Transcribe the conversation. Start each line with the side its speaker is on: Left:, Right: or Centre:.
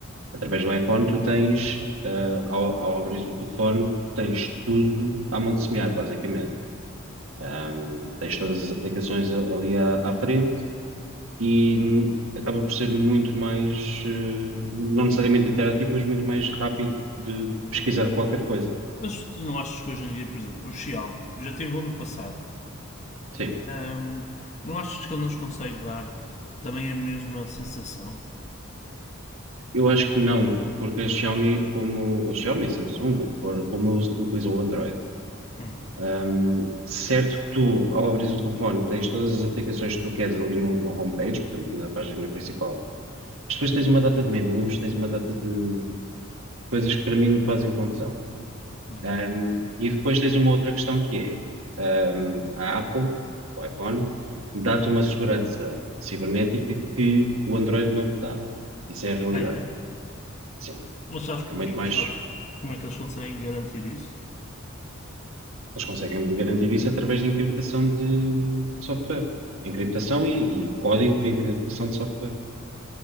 Right: através do iPhone tu tens, ah, ao, ao abrir o telefone, tu tens tudo à mão de semear, basicamente Um, tens todas as aplicações a- ali à, à frente e hum, acaba por ser muito mais, eh, não necessariamente interativo, mas muito mais rápido de pesquisar
Left: Ah,
Right: qualquer coisa.
Left: Mas tu não achas que hoje em dia, por exemplo, o Xiaomi, eu já tive um no passado,
Right: Sim,
Left: ahm, não achas que ele nos consegue dar também a mesma sensação?
Right: eu acho que não, porque a Xiaomi, como a Xiaomi, Samsung, o que for, como us- utiliza o Android,
Left: Hum,
Right: hum, certo que tu, ao abrir o telefone, tens todas as aplicações que tu queres ali no, no homepage, portanto, na página principal, mas depois tens uma data de menus, tens uma data de coisas que para mim me fazem confusão.
Left: hum.
Right: Um, e depois tens uma outra questão que é, um, a Apple, o iPhone, dá-te uma segurança cibernética que o Android não te dá. Isso é a realidade.
Left: Ah, é?
Right: Sim,
Left: Mas sabes
Right: é
Left: porque
Right: muito
Left: é que
Right: mais.
Left: eles fazem? Como é que eles conseguem garantir isso?
Right: Eles conseguem garantir isso através de encriptação de, de software. Encriptação e, e código de encriptação de software.